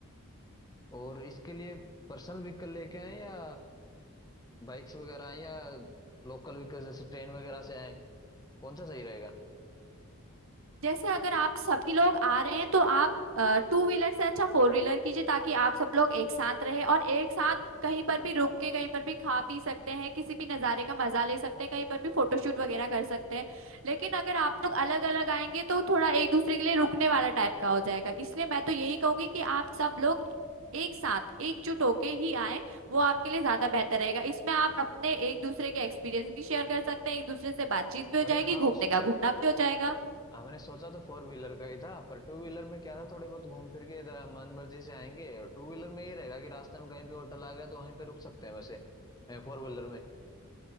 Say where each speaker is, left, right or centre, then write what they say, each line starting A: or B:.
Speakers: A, on the left; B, on the right.
A: और इसके लिए पर्सनल व्हीकल लेके आए या बाइक्स वगैरह आए या लोकल व्हीकल जैसे ट्रेन वगैरह से आए कौन सा सही रहेगा
B: जैसे अगर आप सभी लोग आ रहे हैं तो आप टू व्हीलर से अच्छा फोर व्हीलर कीजिए ताकि आप सब लोग एक साथ रहे और एक साथ कहीं पर भी रुक के कहीं पर भी खा पी सकते हैं किसी भी नज़ारे का मजा ले सकते हैं कहीं पर भी फोटोशूट वगैरह कर सकते हैं लेकिन अगर आप लोग अलग अलग आएंगे तो थोड़ा एक दूसरे के लिए रुकने वाला टाइप का हो जाएगा इसलिए मैं तो यही कहूंगी कि आप सब लोग एक साथ एकजुट होके ही आए वो आपके लिए ज्यादा बेहतर रहेगा इसमें आप अपने एक दूसरे के एक्सपीरियंस भी शेयर कर सकते हैं एक दूसरे से बातचीत भी हो
A: अरे
B: जाएगी
A: हाँ
B: घूमने
A: उसमें
B: का घूमना भी हो जाएगा
A: हमने सोचा तो फोर व्हीलर का ही था पर टू व्हीलर में क्या था थोड़े बहुत घूम फिर के इधर मन मर्जी से आएंगे और टू व्हीलर में ये रहेगा कि रास्ते में कहीं भी होटल आ गया तो वहीं पे रुक सकते हैं वैसे फोर व्हीलर में